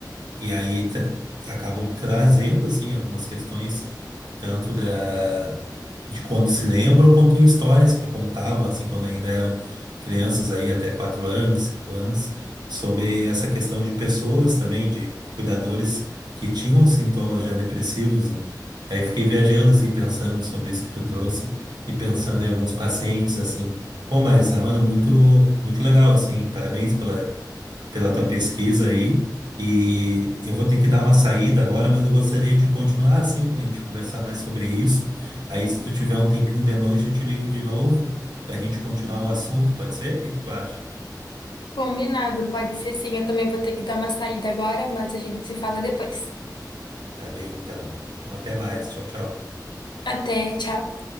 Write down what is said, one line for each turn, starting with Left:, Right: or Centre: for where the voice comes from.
Right: e aí tra- acabam trazendo, assim, algumas questões tanto da de quando se lembra ou quanto em histórias que contavam, assim, quando ainda eram crianças aí até quatro anos, cinco anos, sobre essa questão de pessoas também, de cuidadores que tinham sintomas já depressivos, né? Aí fiquei viajando, assim, pensando sobre isso que tu trouxe e pensando em alguns pacientes, assim, pô, mas, ah, mano, muito, muito legal, assim, parabéns pela pela tua pesquisa aí. E eu vou ter que dar uma saída agora, mas eu gostaria de continuar assim para a gente conversar mais sobre isso. Aí, se tu tiver um tempinho de noite, eu te ligo de novo para a gente continuar o assunto, pode ser? O que que tu acha?
Left: Combinado, pode ser sim. Eu também vou ter que dar uma saída agora, mas a gente se fala depois.
Right: Tá bem, então. Então, até mais. Tchau, tchau.
Left: Até, tchau.